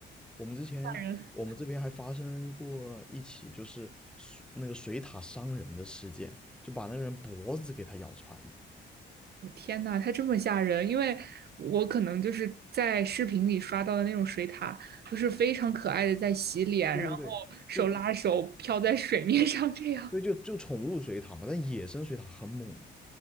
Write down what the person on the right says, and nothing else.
吓人。
我天呐，它这么吓人！因为我可能就是在视频里刷到的那种水獭，就是非常可爱的在洗脸，
然后手拉手飘在水面上这样。